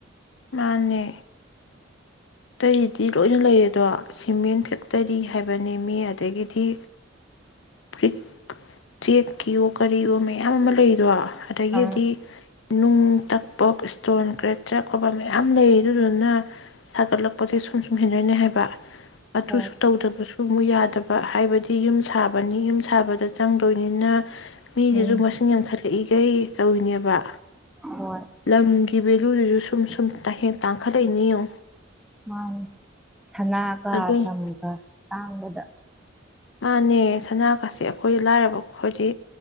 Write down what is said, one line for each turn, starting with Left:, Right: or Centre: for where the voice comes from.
Left: ꯃꯥꯅꯦ ꯑꯇꯩꯗꯤ ꯂꯣꯏꯅ ꯂꯩꯔꯦꯗꯣ ꯁꯤꯃꯦꯟ ꯐꯦꯛꯇꯔꯤ ꯍꯥꯏꯕꯅꯤꯃꯤ ꯑꯗꯒꯤꯗꯤ ꯄꯔꯤꯛ ꯆꯦꯛꯀꯤꯌꯨ ꯀꯔꯤꯋꯣ ꯃꯌꯥꯝ ꯑꯃ ꯂꯩꯗꯣ ꯑꯗꯩꯒꯤꯗꯤ
Centre: ꯑꯥ
Left: ꯅꯨꯡ ꯇꯛꯄꯣꯛ ꯏꯁꯇꯣꯟ ꯀ꯭ꯔꯦ ꯆꯔ ꯈꯣꯠꯄ ꯃꯌꯥꯝ ꯂꯩ ꯑꯗꯨꯗꯨꯅ ꯁꯥꯒꯠꯂꯛꯄꯁ ꯁꯨꯝ ꯁꯨꯝ ꯍꯦꯟꯗꯣꯏꯅꯦ ꯍꯥꯏꯕ ꯑꯗꯨꯁꯨ
Centre: ꯍꯣꯏ
Left: ꯇꯧꯗꯕꯁꯨ ꯁꯨꯝ ꯌꯥꯗꯕ ꯍꯥꯏꯕꯗꯤ ꯌꯨꯝ ꯁꯥꯕꯅꯤ ꯌꯨꯝ ꯁꯥꯕꯗ ꯆꯪꯗꯣꯏꯅꯤꯅ ꯃꯤꯖꯤꯖꯨ
Centre: ꯎꯝ
Left: ꯃꯁꯤꯡ ꯌꯝꯈꯠ ꯊꯛꯏꯈꯩ ꯇꯧꯅꯦꯕ
Centre: ꯍꯣꯏ
Left: ꯂꯝꯒꯤ ꯀꯤ ꯚꯦꯂꯨꯗꯨꯁꯨ ꯁꯨꯝ ꯁꯨꯝ ꯇꯍꯦꯟ ꯇꯥꯡꯈꯠꯂꯛꯏꯅꯤꯌꯨ
Centre: ꯃꯥꯅꯤ ꯁꯅꯥ ꯀꯥ
Left: ꯑꯗꯨ
Centre: ꯂꯝꯒ ꯇꯥꯡꯕꯗ
Left: ꯃꯥꯅꯦ ꯁꯅꯥꯒꯁꯤ ꯑꯈꯣꯏ ꯂꯥꯏꯔꯕ ꯑꯥꯈꯣꯏꯗꯤ